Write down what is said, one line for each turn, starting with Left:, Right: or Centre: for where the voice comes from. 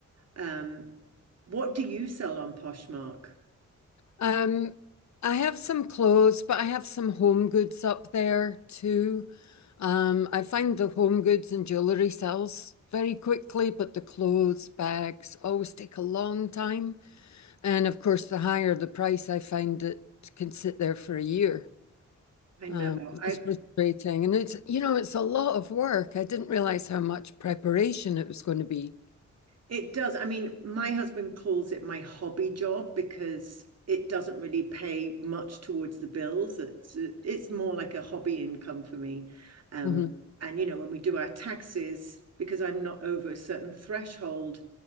Right: Um, what do you sell on Poshmark?
Left: Um, I have some clothes, but I have some home goods up there too. Um, I find the home goods and jewelry sells very quickly, but the clothes, bags always take a long time. And of course, the higher the price, I find it can sit there for a year.
Right: I know.
Left: Um,
Right: I've
Left: it's frustrating. And it's, you know, it's a lot of work. I didn't realize how much preparation it was going to be.
Right: It does. I mean, my husband calls it my hobby job because it doesn't really pay much towards the bills. It's it's more like a hobby income for me. Um,
Left: Mhm.
Right: and you know, when we do our taxes, because I'm not over a certain threshold,